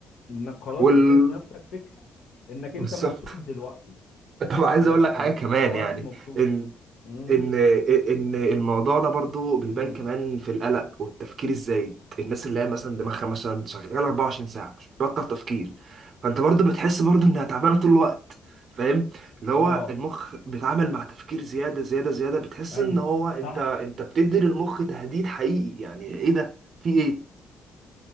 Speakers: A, on the left (about 70°); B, on the right (about 55°).
A: انك خلاص
B: وال
A: اديت لنفسك فكره انك انت
B: بالظبط
A: مبسوط دلوقتي
B: طب عايز
A: انا
B: اقول لك حاجه كمان
A: دلوقتي
B: يعني
A: مبسوط
B: ان
A: امم
B: ان ان الموضوع ده برضو بيبان
A: امم
B: كمان في القلق والتفكير الزايد الناس اللي هي مثلا دماغها مثلا شغاله 24 ساعه مش بتبطل تفكير فانت برضو بتحس برضو انها تعبانه طول الوقت فاهم اللي هو
A: اه
B: المخ بيتعامل مع تفكير زياده زياده زياده بتحس
A: ايوه
B: ان هو انت
A: صح
B: انت بتدي للمخ تهديد حقيقي يعني ايه ده في ايه